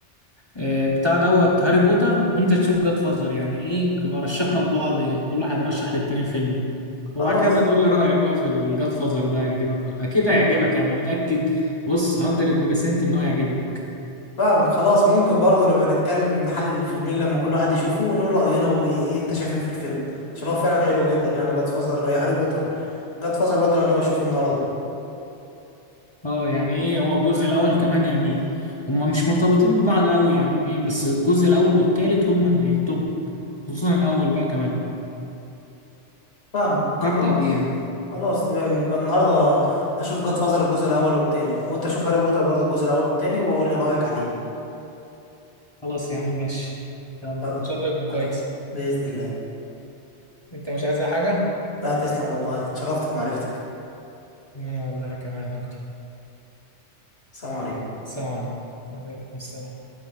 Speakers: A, on the left; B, on the left.
A: آه، بتاع دوت هاري بوتر وانت تشوف جاد فازر يعني ايه يبقى رشحنا لبعض كل واحد رشح للتاني فيلم يعني.
B: خلاص
A: وبعد كده بقى تقول لي رأيك بقى في الجاد فازر ده هيعجبك ولا اكيد هيعجبك يعني متأكد بص 100% ان هو هيعجبك
B: فاهمك خلاص ممكن برضو نبقى نتكلم نحلل الفيلمين لما كل واحد يشوفه ونقول راينا وايه انت شايف ايه في الفيلم عشان هو فعلا حلو جدا يعني جاد فازر يا هاري بوتر جاد فازر برضو انا ناوي اشوفه النهارده
A: اه يعني ايه هو الجزء الاول كمان يعني هما مش مرتبطين ببعض قوي يعني ايه بس الجزء الاول والتالت هما اللي توب خصوصا الاول بقى كمان
B: فاهمك خلاص
A: فابدأ بيه يعني
B: خلاص تمام يبقى النهارده اشوف جاد فازر الجزء الاول والتاني وانت شوف هاري بوتر برضو الجزء الاول والتاني واقول لي رايك عليه
A: خلاص يا عم ماشي يلا
B: خلاص
A: ان شاء الله يكون كويس
B: باذن الله
A: انت مش عايز أي حاجه
B: لا تسلم والله اتشرفت بمعرفتك
A: انا والله كمان اكتر
B: السلام عليكم
A: السلام عليكم وعليكم السلام